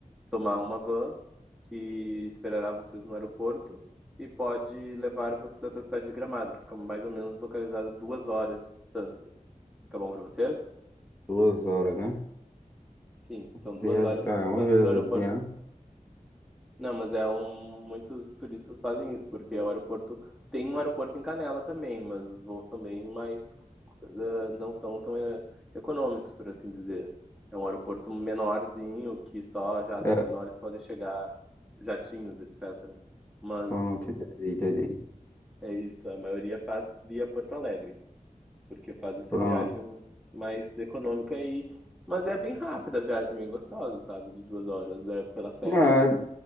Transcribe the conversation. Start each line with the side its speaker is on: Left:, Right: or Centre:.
Centre: tomar uma van que esperará vocês no aeroporto e pode levar vocês até a cidade de Gramado, que fica mais ou menos localizada duas horas de distância. Fica bom para vocês?
Left: duas horas, né?
Centre: Sim, são
Left: Viaje-
Centre: duas horas
Left: É,
Centre: de distância
Left: uma viagemzinha.
Centre: do aeroporto. Não, mas é um. Muitos turistas fazem isso, porque o aeroporto. Tem um aeroporto em Canela também, mas os voos também mais. eh, não são tão eh, econômicos, por assim dizer. É um aeroporto menorzinho, que só jatos
Left: É,
Centre: menores podem chegar, jatinhos, etc. Mas
Left: pronto, entendi, entendi.
Centre: É isso, a maioria faz via Porto Alegre, porque faz essa
Left: Pronto.
Centre: viagem mais econômica e. Mas é bem rápida a viagem, bem gostosa, sabe? De duas horas, é pela serra.
Left: É,